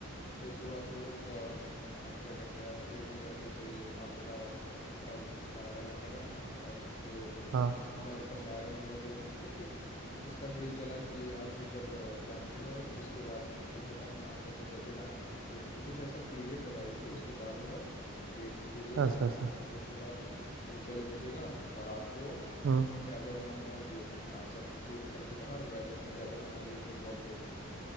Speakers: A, on the left (about 30°); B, on the right (about 65°).
A: तो उसके बाद वो लोग अ, अ, क्या कहते हैं अर्थक्वेक या फिर कोई आपदा का फायर अलार्म लगाएं और वो
B: हाँ
A: एक अलग सा सायरन वाला भी लगाएं तो फिर उसका ड्रिल चला कि आज जब लंच किया उसके बाद छुट्टी के टाइम आपका जो बजेगा ना डेट कुछ ऐसा पीरियड बता दी थी कि उसके बाद होगा एट्थ पीरियड
B: अच्छा
A: या पीरियड
B: अच्छा
A: के बाद वो बेल बजेगा और आपको
B: हम्म
A: गैदर होना है ये आ, सब कोई निकल के बाहर और गैदर गैदर होना है ये फुटबॉल कोर्ट में